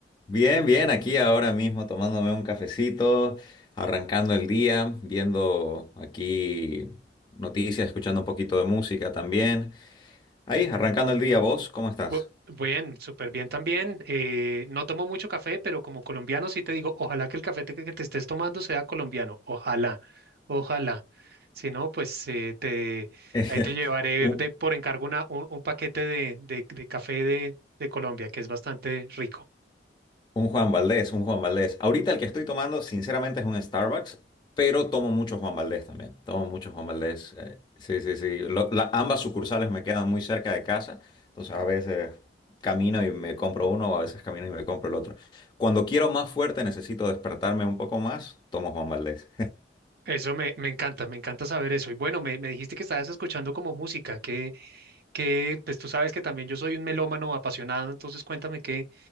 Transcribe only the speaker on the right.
Bu- Bien, súper bien también. Eh, no tomo mucho café, pero como colombiano sí te digo, ojalá que el café te- que te estés tomando sea colombiano. Ojalá, ojalá. Si no, pues eh, te,
ahí te llevaré
de, por encargo una, un, un paquete de, de- de café de, de Colombia, que es bastante rico.
Eso me, me encanta, me encanta saber eso. Y bueno, me, me dijiste que estabas escuchando como música, que, que pues tú sabes que también yo soy un melómano apasionado, entonces cuéntame qué,